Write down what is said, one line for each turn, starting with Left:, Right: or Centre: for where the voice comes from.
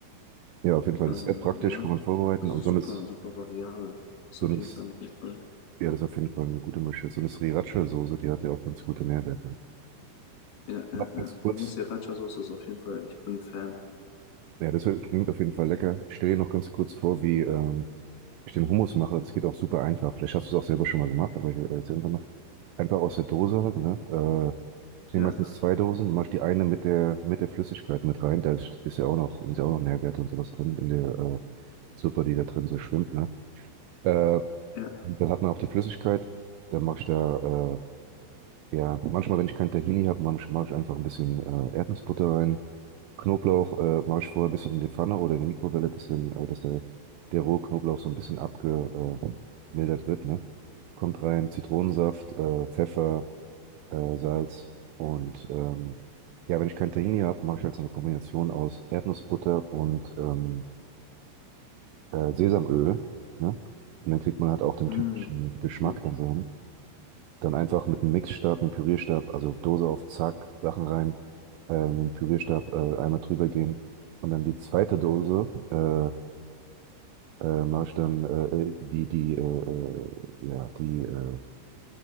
Right: Ja, auf jeden Fall.
Left: Ähm,
Right: Das ist sehr praktisch,
Left: ja,
Right: kann man vorbereiten.
Left: also
Right: Und
Left: super,
Right: so eine, S-
Left: super variabel. Ist
Right: so
Left: auf
Right: eine,
Left: jeden
Right: S-
Left: Fall echt toll.
Right: ja, das ist auf jeden Fall eine gute Mischung. So eine Sriracha-Soße, die hat ja auch ganz gute Nährwerte.
Left: Ja, ja,
Right: Noch
Left: ja.
Right: ganz kurz.
Left: Nee, Sriracha-Soße ist auf jeden Fall, ich bin ein Fan.
Right: Ja, das hört- klingt auf jeden Fall lecker. Ich stelle dir noch ganz kurz vor, wie ähm, ich den Hummus mache. Das geht auch super einfach. Vielleicht hast du es auch selber schon mal gemacht, aber ich erzähle einfach mal. Einfach aus der Dose halt, ne? Äh, Das sind
Left: Ja,
Right: meistens zwei Dosen. Du machst die eine mit der, mit der Flüssigkeit mit rein. Da ist, ist ja auch noch, ist ja auch noch Nährwerte und sowas drin in der äh, Suppe, die da drin so schwimmt, ne? Äh,
Left: ja.
Right: dann hat man auch die Flüssigkeit. Dann mache ich da, äh, ja, manchmal, wenn ich kein Tahini habe, mache ich einfach ein bisschen äh, Erdnussbutter rein. Knoblauch äh, mache ich vorher ein bisschen in die Pfanne oder in die Mikrowelle ein bisschen, äh, dass der, der rohe Knoblauch so ein bisschen abgemildert wird, ne? Kommt rein, Zitronensaft, äh, Pfeffer äh, Salz und ähm, ja, wenn ich kein Tahini habe, mache ich halt so eine Kombination aus Erdnussbutter und ähm, äh, Sesamöl, ne? Und dann kriegt man halt auch den
Left: Mm,
Right: typischen Geschmack
Left: okay.
Right: da so Dann einfach mit einem Mixstab, einem Pürierstab, also Dose auf Zack, Sachen rein, äh, mit dem Pürierstab äh, einmal drüber gehen und dann die zweite Dose äh, äh, mache ich dann äh, äh, die die äh, äh, ja die äh,